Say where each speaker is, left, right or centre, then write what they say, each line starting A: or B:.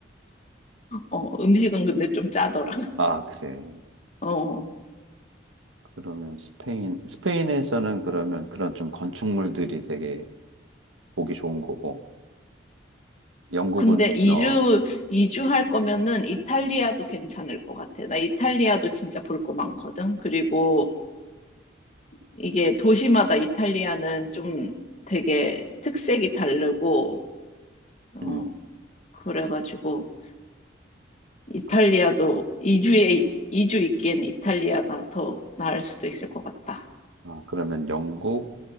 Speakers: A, on the left (about 35°); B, on the right (about 85°).
A: 어, 음식은 근데 좀 짜더라. <laughs>
B: 아, 그래.
A: 어.
B: 그러면 스페인, 스페인에서는 그러면 그런 좀 건축물들이 되게 보기 좋은 거고, 영국은,
A: 근데 이주
B: 어,
A: 이주할 거면은 이탈리아도 괜찮을 것 같아. 나 이탈리아도 진짜 볼 거 많거든. 그리고 이게 도시마다 이탈리아는 좀 되게 특색이 다르고 어,
B: 음.
A: 그래가지고 이탈리아도
B: 그-
A: 이주에 이주 있기엔 이탈리아가 더 나을 수도 있을 것 같다.
B: 아, 그러면 영국,